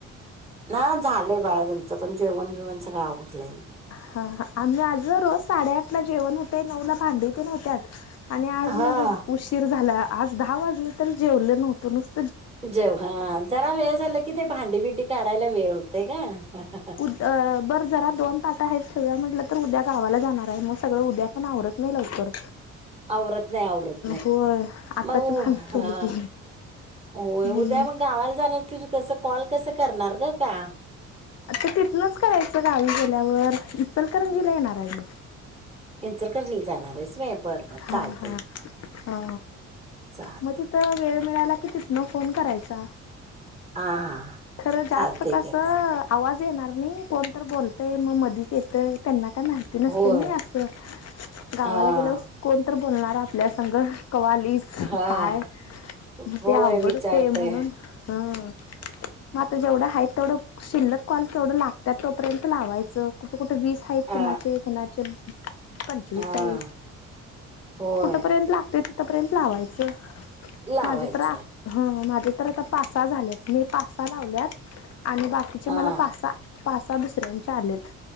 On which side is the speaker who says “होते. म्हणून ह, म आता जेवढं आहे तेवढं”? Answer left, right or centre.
Left